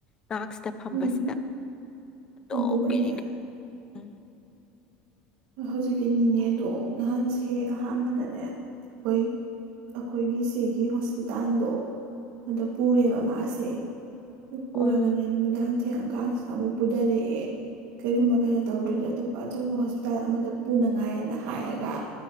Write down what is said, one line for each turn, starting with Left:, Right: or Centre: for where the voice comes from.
Left: ꯅꯛꯁꯤꯗ ꯐꯝꯕꯁꯤꯗ
Right: ꯍꯣꯏ ꯑꯗꯨꯒꯅꯦ
Left: ꯑꯣꯝ ꯀ ꯎꯝ
Right: ꯍꯧꯖꯤꯛꯀꯤ ꯅꯤꯡꯉ ꯑꯗꯣ ꯅꯍꯥꯟꯁꯦ ꯑꯍꯥꯟꯕꯗꯅꯦ ꯑꯩꯈꯣꯏ ꯑꯩꯈꯣꯏꯒꯤ ꯁꯤꯒꯤ ꯍꯣꯁꯄꯤꯇꯥꯜꯗꯣ ꯑꯗꯨꯗ ꯄꯨꯔꯦꯕ ꯃꯥꯁꯦ ꯄꯨꯔꯒꯅꯦ
Left: ꯑꯣ
Right: ꯅꯨꯃꯤꯗꯥꯡ ꯊꯦꯡꯑꯀꯁꯤ ꯥ ꯑꯃꯨꯛ ꯄꯨꯊꯔꯛꯑꯦ ꯀꯔꯤꯒꯨꯝꯕ ꯀꯩꯅꯣ ꯇꯧꯗ꯭ꯔꯗꯤ ꯑꯇꯣꯞꯄ ꯑꯆꯧꯕ ꯍꯣꯁꯄꯤꯇꯥꯜ ꯑꯃꯗ ꯄꯨꯅꯉꯥꯏꯅ ꯍꯥꯏꯔꯒ